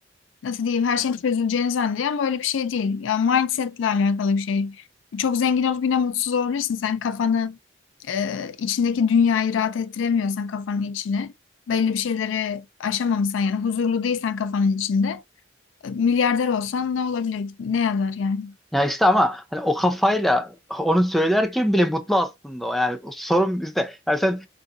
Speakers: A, on the left; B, in the centre.
A: nasıl diyeyim her şeyin çözüleceğini zannediyor ama öyle bir şey değil. Ya mindsetle alakalı bir şey. Çok zengin olup yine mutsuz olabilirsin. Sen kafanı e, içindeki dünyayı rahat ettiremiyorsan kafanın içine belli bir şeyleri aşamamışsan yani huzurlu değilsen kafanın içinde e, milyarder olsan ne olabilir? Ne yazar yani?
B: Ya işte ama hani o kafayla onu söylerken bile mutlu aslında o. Yani sorun bizde. Yani sen